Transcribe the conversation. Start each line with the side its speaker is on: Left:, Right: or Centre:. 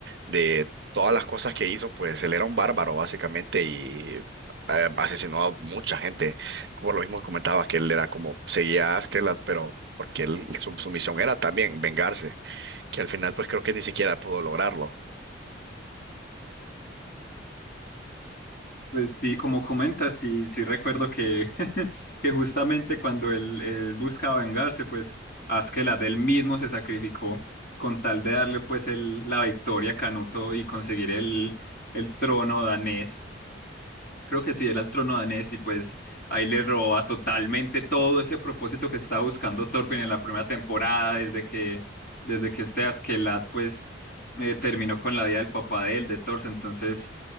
Right: de todas las cosas que hizo, pues él era un bárbaro básicamente y eh, asesinó a mucha gente, como lo mismo comentabas que él era como seguía a Askeladd, pero porque él, su, su misión era también vengarse, que al final pues creo que ni siquiera pudo lograrlo.
Left: Pues sí, como comentas, sí, sí recuerdo que, <laughs> que justamente cuando él, él buscaba vengarse, pues Askeladd él mismo se sacrificó con tal de darle pues el, la victoria a Canuto y conseguir el, el trono danés. Creo que sí, era el trono danés y pues ahí le roba totalmente todo ese propósito que estaba buscando Thorfinn en la primera temporada, desde que, desde que este Askeladd pues eh, terminó con la vida del papá de él, de Thor. Entonces...